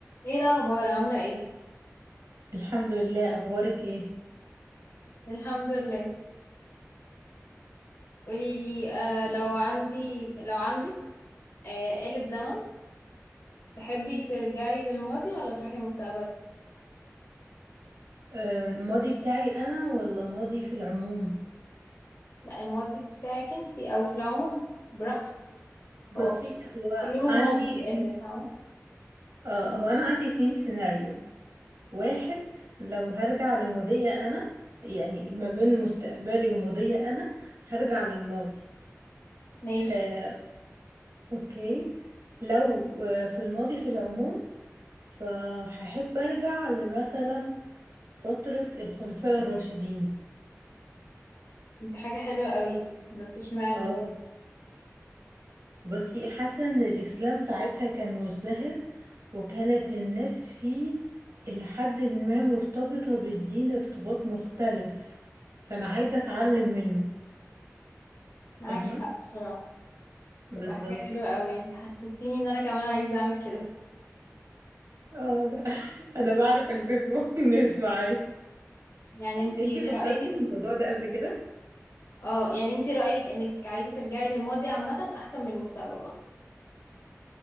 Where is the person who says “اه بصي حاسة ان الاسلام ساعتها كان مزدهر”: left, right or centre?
Right